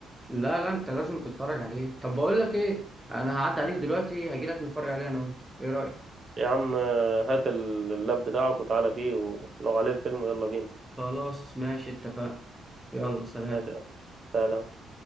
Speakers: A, in the centre; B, on the right.
A: لا لا انت لازم تتفرج عليه طب بقول لك ايه انا هعدي عليك دلوقتي هجيلك نتفرج عليه انا وانت ايه رايك
B: يا عم آه، هات اللاب بتاعك وتعالى بيه ولو عليه الفيلم يلا بينا
A: خلاص ماشي اتفقنا يلا سلام
B: ماشي يا عم. سلام